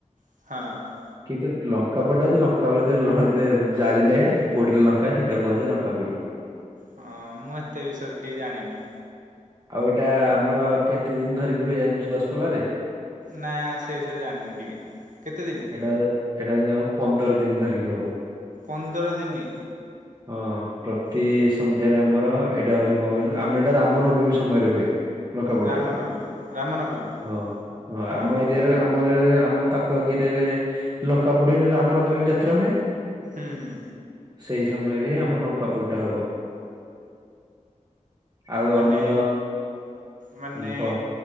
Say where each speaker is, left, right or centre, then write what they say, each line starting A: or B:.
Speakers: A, on the right; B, on the right.
A: ହଁ। <inaudible>
B: କିନ୍ତୁ ଲଙ୍କା ପୋଡ଼ି ଟାଣ ଅଉଛି ଲଙ୍କା ଜାଳିଲେ ପଡିଲେ ଲଙ୍କା ସେଇଟା କୁହାଯା ଲଙ୍କା ପୋଡି <unintelligible>
A: ହଁ ମୁଁ ଏତେ ବିଷୟରେ ଟିକେ ଜାଣିନି।
B: ଆଉ ଏଇଟା ଆମର କେତେ ଦିନ ଧରିକି ହୁଏ ଜାଣିଛୁ ଦଶପଲାରେ?
A: ନା? ସେଇ ବିଷୟରେ ଜାଣିନି ଟିକେ, କେତେ ଦିନ?
B: ଏଇଟା ଏଇଟା ଆମର ହେଉଛି ପନ୍ଦର ଦିନ ଧରିକି ହବ।
A: ପନ୍ଦର ଦିନି
B: ହଁ ପ୍ରତି
A: ହୁଁ
B: ଏବଂ ଏରେ ଆମର ଏଇଟା ହଉଛି କଣ କହିଲୁ ଆମର ଏଇଟା ରାମ ନବମୀ ସମୟରେ ହୁଏ। ଲଙ୍କାପୋଡିଟା
A: ରାମନବମୀ ରାମନବମୀ
B: ହଁ
A: ହୁଁ
B: ଆମ ଏରିଆରେ ଆମ ଏରିଆରେ ଆମ ପାଖାପାଖି ଏରିଆରେ ଲଙ୍କାପୁଡ଼ି ରାମନବମୀ ଯାତ୍ରା ହୁଏ।
A: ହୁଁ ହୁଁ।
B: ସେଇ ସମୟରେ ହିଁ ଆମର ଲଙ୍କା ପୁଡିଟା ହବ ଆଉ
A: ମାନେ
B: ଆମର
A: ମାନେ
B: ହୁଁ କହ